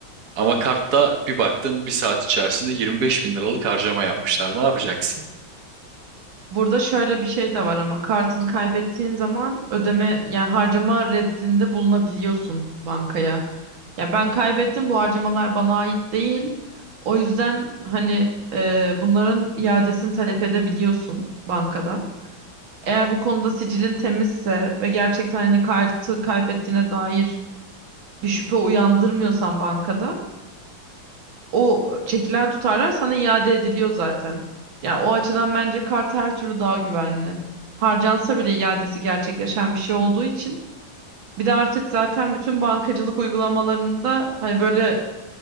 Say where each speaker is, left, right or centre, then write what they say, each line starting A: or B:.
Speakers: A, on the right; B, on the right.
A: Ama kartta bir baktın bir saat içerisinde 25 bin liralık harcama yapmışlar. Ne yapacaksın?
B: burada şöyle bir şey de var ama kartını kaybettiğin zaman ödeme yani harcama reddinde bulunabiliyorsun bankaya. Ya ben kaybettim bu harcamalar bana ait değil. O yüzden hani e, bunların iadesini talep edebiliyorsun bankadan. Eğer bu konuda sicilin temizse ve gerçekten hani kartı kaybettiğine dair bir şüphe uyandırmıyorsan bankada o çekilen tutarlar sana iade ediliyor zaten. Yani o açıdan bence kart her türlü daha güvenli. Harcansa bile iadesi gerçekleşen bir şey olduğu için. Bir de artık zaten bütün bankacılık uygulamalarında hani böyle